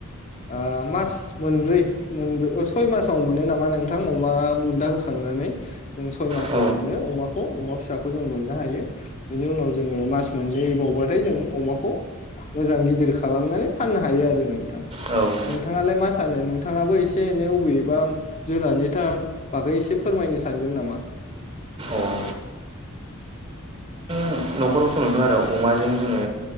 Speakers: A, on the left; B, on the right.
A: ओ मास मोनब्रै मोनब्रै अ सय मासाव मोनो नामा नोंथां अमा बुन्दा होखांनानै जों सय मासाव
B: औ
A: मोनो अमाखौ अमा फिसाखौ जों मोननो हायो बेनि उनाव जोङो मास मोननै बावबाथाय जों अमाखौ मोजां गिदिर खालामनानै फाननो हायो आरो जोङो। नोंथां
B: उम
A: नोंथाङालाय मा? सानो नोंथाङाबो एसे-एनै अबेबा जुनारनि था बागै एसे फोरमायनो सानगोन नामा?
B: औ अ न'खरफोरखौ नुदों आरो अमाजों जोङो